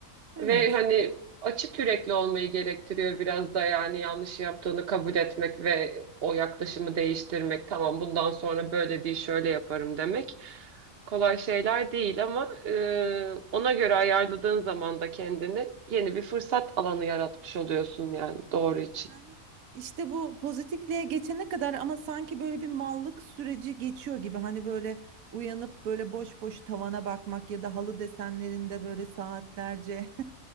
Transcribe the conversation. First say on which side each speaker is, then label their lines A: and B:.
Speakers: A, on the right; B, on the right.
A: Evet.
B: Ve hani açık yürekli olmayı gerektiriyor biraz da yani yanlış yaptığını kabul etmek ve o yaklaşımı değiştirmek. Tamam bundan sonra böyle değil şöyle yaparım demek. Kolay şeyler değil ama e, ona göre ayarladığın zaman da kendini yeni bir fırsat alanı yaratmış oluyorsun yani doğru için.
A: Yani işte bu pozitifliğe geçene kadar ama sanki böyle bir mallık süreci geçiyor gibi. Hani böyle uyanıp böyle boş boş tavana bakmak ya da halı desenlerinde böyle saatlerce <laughs>